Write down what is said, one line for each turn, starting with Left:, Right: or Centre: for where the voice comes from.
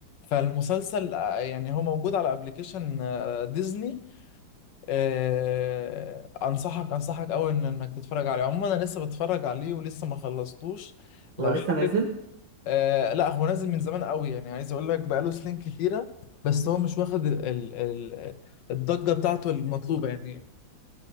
Left: فالمسلسل آه، يعني هو موجود على ابلكيشن ديزني آه، أنصحك أنصحك أوي إن إنك تتفرج عليه عموما أنا لسه بتفرج عليه ولسه ما خلصتوش لو
Right: هو لسه
Left: حابب
Right: نازل
Left: آه لا هو نازل من زمان قوي يعني عايز اقول لك بقاله سنين كتيره بس هو مش واخد ال ال ال الضجه بتاعته المطلوبه يعني